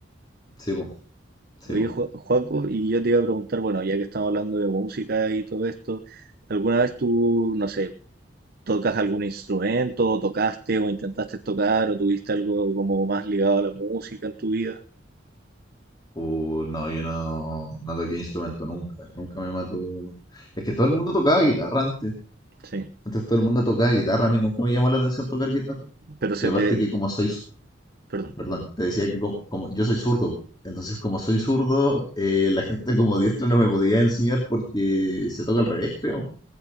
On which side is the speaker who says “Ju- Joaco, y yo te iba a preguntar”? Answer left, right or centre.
Right